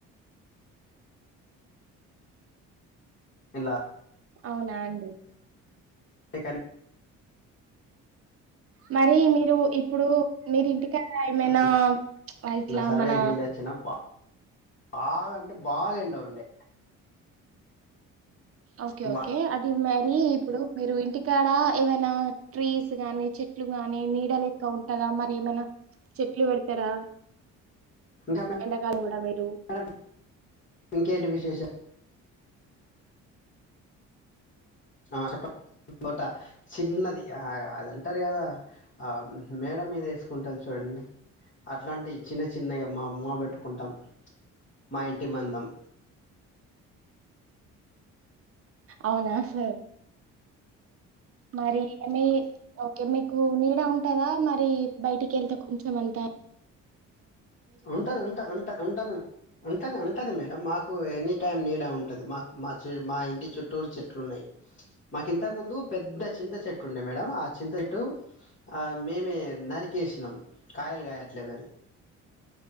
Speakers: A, on the left; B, on the right.
A: ఇలా
B: అవునా అండి
A: ఇకన్
B: మరి మీరు ఇప్పుడు మీరి ఇంటికడ ఏమైనా
A: ఒక
B: వా
A: చిన్న
B: ఇట్లా
A: సర్వేకి
B: మన
A: వెళ్ళొచ్చిన బాగా అంటే బాగాఎండవుండే
B: ఓకే ఓకే
A: బా-
B: అది మ మరి ఇప్పుడు మీరు ఇంటికాడ ఏమైనా ట్రీస్ గానీ చెట్లు గానీ నీడలు ఎక్క్క ఉంటందా మరి ఏమైనా చెట్లు పెడతారా
A: ఇంకా మ
B: ఎండాకాలం కూడా మీరు
A: మే ఇంకేంటి విశేషాలు ఆ చెప్ప పూట చిన్నది ఆ అదంటారు కదా ఆ మేడ మీద వేసుకుంటాది చూడండి అట్లాంటివి చిన్న చిన్నగా మా మమ్మ పెట్టుకుంటాం మా ఇంటి మందం
B: అవునా సార్ మరి ఎన్ని ఓకే మీకు నీడ ఉంటదా మరి బయటికి వెళ్తే కొంచెం అంతా
A: ఉంటది ఉంట ఉంట ఉంటది ఉంటది ఉంటది మేడం మాకు ఎనీ టైమ్ నీడ ఉంటు అది మా మా చ మా ఇంటి చుట్టూరు చెట్లు ఉంటాయి మాకు ఇంతకు ముందు పెద్ద చింత చెట్టు ఉండే మేడం ఆ చింత చెట్టు ఆ మేమే నరికేసినాం కాయలు కాయట్లేదని